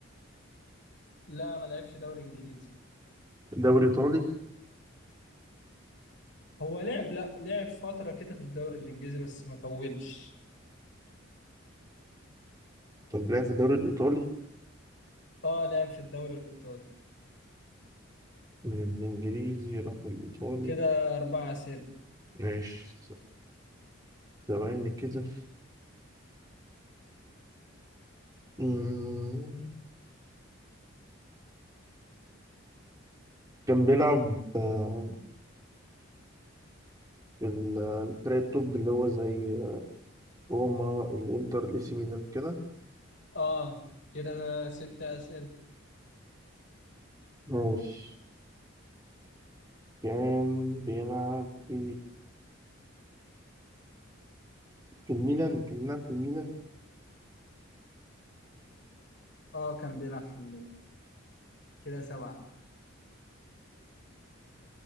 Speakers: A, on the left; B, on the right.
A: لا ما لعبش دوري انجليزي
B: الدوري الإيطالي
A: هو لعب لا لعب فترة كده في الدوري الإنجليزي بس ما طولش
B: طب لعب في الدوري الإيطالي
A: اه لعب في الدوري الإيطالي
B: من الإنجليزي راح الإيطالي
A: كده أربع أسئلة
B: ماشي ثواني كده مم. كان بيلعب آه، في ال- الفرق التوب اللي هو زي روما الإنتر الإي سي ميلان كده
A: اه كده ست أسئلة
B: ماشي كان بيلعب في في الميلان كان بيلعب في الميلان
A: اه كان بيلعب في الميلان كده سبعة